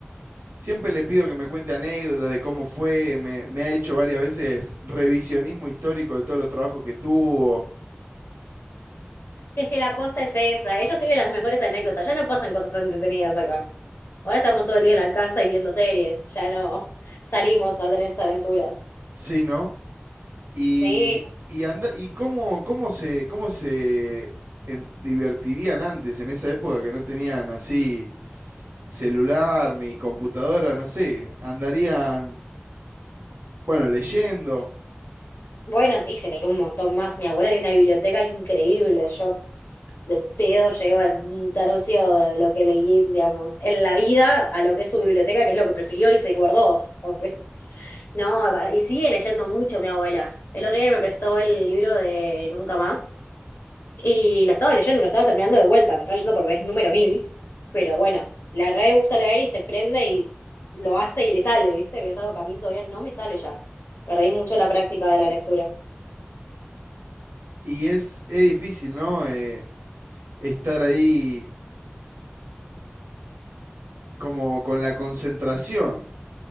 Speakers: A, on the right; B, on the left.
A: siempre le pido que me cuente anécdotas de cómo fue, me, me ha hecho varias veces revisionismo histórico de todos los trabajos que tuvo,
B: Es que la posta es esa. Ellos tienen las mejores anécdotas. Ya no pasan cosas tan entretenidas acá. Ahora estamos todo el día en la casa y viendo series. Ya no <laughs> salimos a tener esas aventuras.
A: sí, ¿no? Y,
B: Sí.
A: y, anda, y cómo, cómo se, cómo se en- divertirían antes, en esa época que no tenían así celular ni computadora, no sé, andarían, bueno, leyendo.
B: Bueno, sí, se cayó un montón más. Mi abuela tiene una biblioteca increíble. Yo de pedo llego a un tercio de lo que leí, digamos, en la vida a lo que es su biblioteca, que es lo que prefirió y se guardó. O sea, <laughs> no, y sigue leyendo mucho mi abuela. El otro día me prestó el libro de Nunca Más Y lo estaba leyendo, lo estaba terminando de vuelta, lo estaba leyendo por vez número mil, pero bueno, la re gusta leer y se prende y lo hace y le sale, ¿viste? Que es algo que a mí todavía no me sale ya. Perdí mucho la práctica de la lectura.
A: Y es, es difícil, ¿no? Eh, estar ahí como con la concentración,